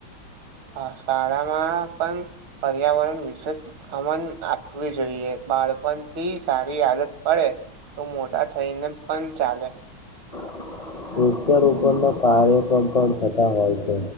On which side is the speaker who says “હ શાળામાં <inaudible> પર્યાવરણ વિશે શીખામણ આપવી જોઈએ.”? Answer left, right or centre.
Right